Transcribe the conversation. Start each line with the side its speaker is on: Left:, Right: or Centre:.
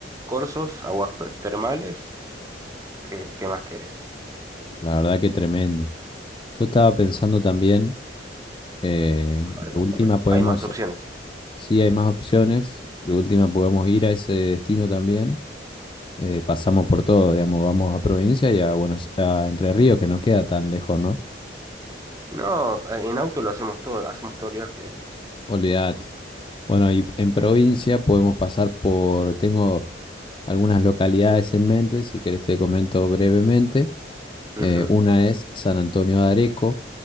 Right: Cursos, aguas per- termales, ¿qué, qué más querés?
Left: La verdad que tremendo. Yo estaba pensando también, eh,
Right: A ver,
Left: de
Right: contame.
Left: última podemos
Right: Hay más opciones.
Left: Sí, hay más opciones. De última podemos ir a ese destino también. Eh, pasamos por todo, digamos, vamos a provincia y a Buenos, a Entre Ríos, que no queda tan lejos, ¿no?
Right: No, en auto lo hacemos todo, hacemos todo el viaje, ¿eh?
Left: Olvídate. Bueno, y en provincia podemos pasar por, tengo algunas localidades en mente, si querés te comento brevemente.
Right: Ujú.
Left: Eh, una es San Antonio de Areco,